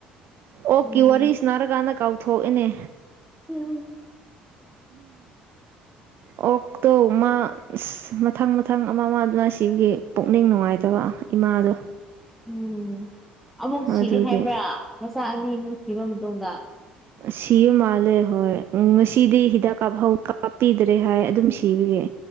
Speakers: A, on the right (about 55°); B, in the centre.
A: ꯑꯣꯛꯀꯤ
B: ꯎꯝ
A: ꯋꯥꯔꯤ ꯁꯅꯥꯔꯀꯥꯟꯗ ꯀꯥꯎꯊꯣꯛ ꯏꯅꯦ
B: <inaudible>
A: ꯑꯣꯛꯇꯣ ꯃꯥ ꯑꯁ ꯃꯊꯪ ꯃꯊꯪ ꯑꯃ <unintelligible> ꯁꯤꯒꯤ ꯄꯨꯛꯅꯤꯡ ꯅꯨꯡꯉꯥꯏꯇꯕ ꯏꯃꯥꯗꯣ
B: ꯎꯝ ꯑꯃꯨꯛ ꯁꯤꯔꯦ
A: ꯑꯗꯨꯒꯤ
B: ꯍꯥꯏꯕ꯭ꯔꯥ ꯃꯆꯥ ꯑꯅꯤꯃꯨꯛ ꯁꯤꯕ ꯃꯇꯨꯡꯗ
A: ꯁꯤꯕ ꯃꯥꯜꯂꯦ ꯍꯣꯏ ꯉꯁꯤꯗꯤ ꯍꯤꯗꯥꯛ ꯀꯥꯞꯐꯧ ꯀꯥꯞꯄꯤꯗ꯭ꯔꯦ ꯍꯥꯏ ꯑꯗꯨꯝ ꯁꯤꯕꯒꯤ